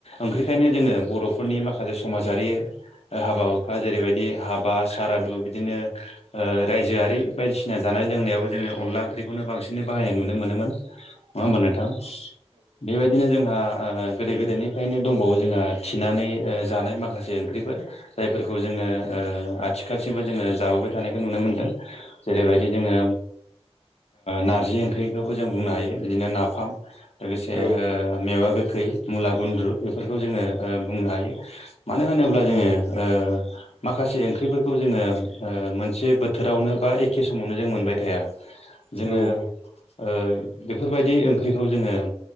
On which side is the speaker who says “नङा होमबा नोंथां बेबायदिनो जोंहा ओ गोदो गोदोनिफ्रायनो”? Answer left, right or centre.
Left